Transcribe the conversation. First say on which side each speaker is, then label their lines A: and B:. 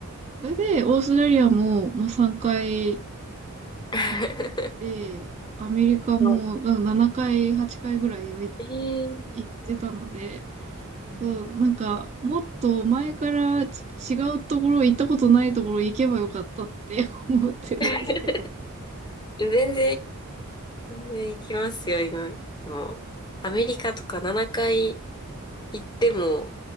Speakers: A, on the right (about 30°); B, on the left (about 20°).
A: それで、オーストラリアも、まあ、3回
B: <laughs>
A: 行って、アメリカも多分7回、
B: そう
A: 8回ぐらいは行
B: ええー
A: 行ってたので、
B: うん
A: そう、なんか、もっと前からち違うところ、行ったことないところ行けばよかったって <laughs> 思ってるんですけど。
B: <laughs> 全然、全然行きますよ、今。でも、アメリカとか7回行っても、